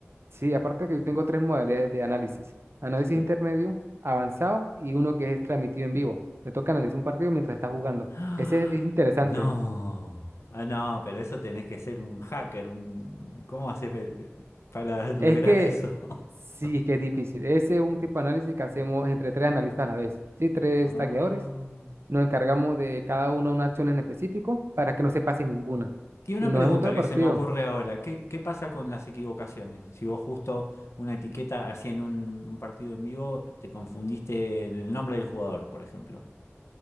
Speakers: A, on the right (about 65°); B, on the left (about 75°).
A: Sí, aparte que yo tengo tres modalidades de análisis. Análisis
B: Sí.
A: intermedio, avanzado y uno que es transmitido en vivo. Me toca analizar un partido mientras está jugando.
B: ¡Ah!
A: Ese es interesante.
B: No, ah, no, pero eso tenés que ser un hacker, un... ¿Cómo haces pa- para lograr
A: Es que
B: eso? <laughs>
A: sí, es que es difícil. Ese es un tipo de análisis que hacemos entre tres analistas a la vez. Sí, tres
B: Ah.
A: tagueadores. Nos encargamos de cada uno una acción en específico para que no se pase ninguna.
B: Y una
A: Y nos
B: pregunta
A: vemos todo el
B: que
A: partido.
B: se me ocurre ahora, ¿qué, qué pasa con las equivocaciones? Si vos justo una etiqueta así en un, un partido en vivo, te confundiste en el nombre del jugador, por ejemplo.